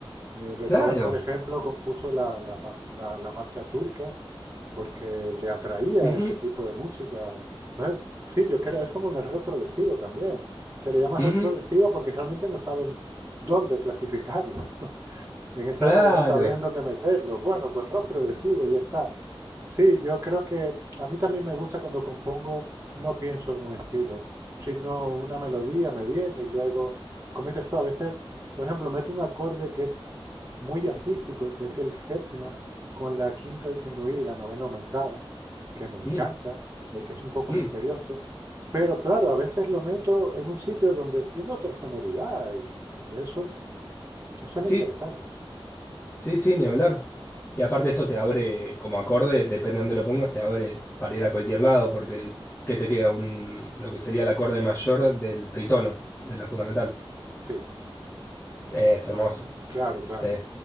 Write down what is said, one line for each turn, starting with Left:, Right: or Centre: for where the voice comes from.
Right: Eh, Beethoven,
Left: Claro.
Right: por ejemplo, compuso la, la pas- la- la marcha turca porque le atraía
Left: ujú,
Right: ese tipo de música. Entonces, sí, yo creo, es como en el rock progresivo también. Se le llama
Left: ujú,
Right: rock progresivo porque realmente no saben dónde clasificarlo. <laughs> En esa
Left: claro.
Right: época no sabían dónde meterlo. Bueno, pues rock progresivo, ya está. Sí, yo creo que a mí también me gusta cuando compongo, no pienso en un estilo, sino una melodía me viene y luego, como dices tú, a veces, por ejemplo, meto un acorde que es muy jazzístico, que es el séptima, con la quinta disminuida y la novena aumentada, que me encanta,
Left: mm,
Right: porque es un poco
Left: mm,
Right: misterioso. Pero claro, a veces lo meto en un sitio donde tiene otra sonoridad y, y eso es, eso es lo
Left: Sí,
Right: interesante.
Left: sí, sí, ni hablar. Y aparte eso te abre, como acorde, depende de dónde lo pongas, te abre para ir a cualquier lado, porque ¿qué te queda? Un, lo que sería el acorde mayor del tritono, de la fundamental.
Right: Sí.
Left: Es hermoso.
Right: Claro, claro.
Left: Sí,